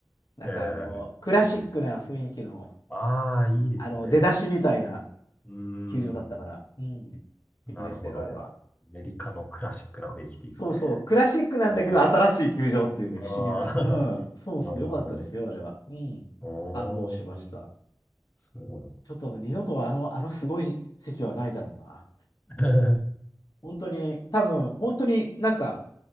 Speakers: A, on the left; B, on the left.
A: なんかあの、
B: ええ、
A: クラシックな雰囲気の、
B: そうなんああー、いいですね。
A: あの、出だしみたいな
B: うーん。
A: 球場だったから、うん、素敵でしたよ、
B: なるほど。
A: あれは。
B: アメリカのクラシックな雰囲気でいいですね。
A: そうそう、クラシックなんだけど、
B: うん、
A: 新しい球場っていうね、
B: ああ、
A: 不思議な。うん、
B: <laughs>
A: そうそう、
B: なるほ
A: よかったですよ、あれは。うん、
B: ど。おー、
A: 感動しました。
B: そうなんですね。
A: ちょっと二度とあの、あのすごい席はないだろうな。
B: <laughs>
A: 本当に、多分、本当になんか、